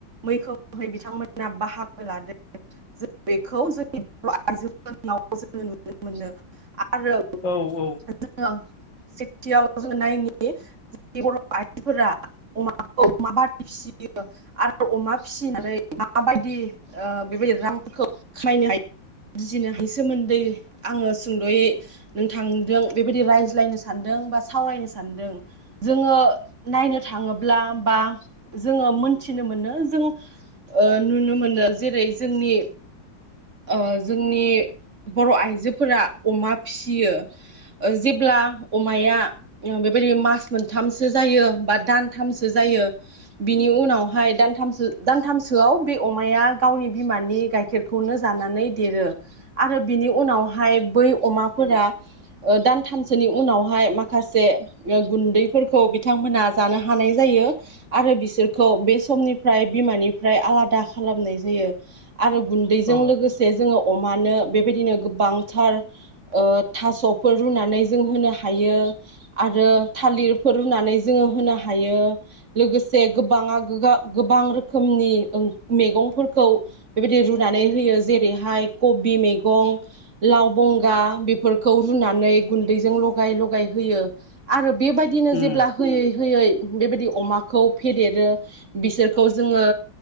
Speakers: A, on the right (about 35°); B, on the left (about 60°).
A: मैखोमहै बिथांमोना बाहागो लादों जों बेखौ जोंनि बर आइजो फोरनि <inaudible> जोङो नुनो मोनो आ <inaudible> आरो
B: औ औ
A: जोड़ो <inaudible> सेथियाव जों नायनि जोंनि बर' आइजोफोरा अमाखौ माबादि फिसियो आरो अमा फिसिनानै माबायदि ओ बेबायदि रांफोरखौ खामायनो हायो <unintelligible> बुजिनो हाय सोमोन्दै आङो सुंद'यै नोंथांदों बेबायदि रायज्लायनो सानदों बा सावरायनो सानदों जोङो नायनो थाङोब्ला बा जोङो मोनथिनो मोनो जोंड़ो ओ नुनो मोनो जेरै जोंनि ओ जोंनि बर' आइजोफोरा अमा फिसियो ओ जेब्ला अमाया बेबायदि मास मोनथामसो जायो बा दानथामसो जायो बिनि उनावहाय दथामसो दानथामसोआव बे अमाया गावनि बिमानि गाइखेरखौनो जानानै देरो आरो बिनि उनाव हाय बै अमाफोरा ओ दानथामसोनि उनावहाय माखासे ओ गुन्दैफोरखौ बिथांमोना जानो हानाय जायो आरो बिसोरखौ बे समनिफ्राय बिमानिफ्राय आलादा खालामनाय जायो । आरो गुन्दैजों
B: औ
A: लोगोस जोङो अमानो बेबायदिनो गोबांथार ओ थास'फोर रुनानै जोङो होनो हायो आरो थालिरफोर रुनानै जोङो होनो हायो । लोगोसे गोबांआ गोगा गोबां रोखोमनि ओं मैगंफोरखौ बेबायदि रुनानै होयो । जेरैहाय कबि मैगं लाव बंगा बेफोरखौ रुनानै गुन्दैजों लगाय लगाय होयो आरोब बेबायदिनो
B: औ
A: जेब्ला होयै होयै बेबायदि अमाखौ फेदेरो। बिसोरखौ जोङो